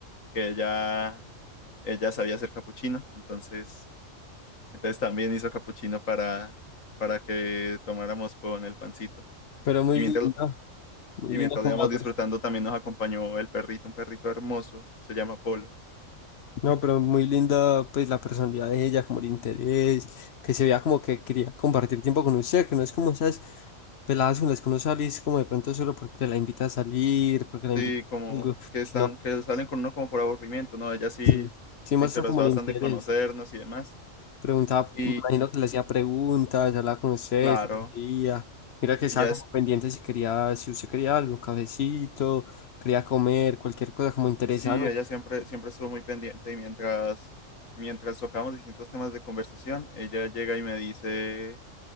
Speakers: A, on the left; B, on the left.
A: que ella, ella sabía hacer capuchino, entonces, entonces también hizo capuchino para, para que tomáramos con el pancito.
B: Pero muy
A: Y mientras,
B: linda. Muy
A: y
B: linda
A: mientras
B: como
A: lo íbamos
B: la
A: disfrutando,
B: persona.
A: también nos acompañó el perrito, un perrito hermoso, se llama Polo.
B: No, pero muy linda pues la personalidad de ella, como el interés, que se vea como que quería compartir tiempo con usted, que no es como esas peladas con las que uno sale y es como de pronto solo porque la invita a salir, porque la invita
A: Sí, como
B: a algo,
A: que están,
B: sino
A: que salen con uno como por aburrimiento, ¿no? Ella sí
B: sí, sí muestra
A: se interesó
B: como el
A: bastante
B: interés.
A: en conocernos y demás.
B: Preguntaba,
A: Y
B: me imagino que le hacía preguntas, hablaba con usted,
A: claro,
B: si quería. Mira que estaba
A: ella
B: como
A: es,
B: pendiente si quería, si usted quería algo, cafecito, quería comer, cualquier cosa como interesante.
A: sí, ella siempre, siempre estuvo muy pendiente y mientras, mientras tocamos distintos temas de conversación, ella llega y me dice,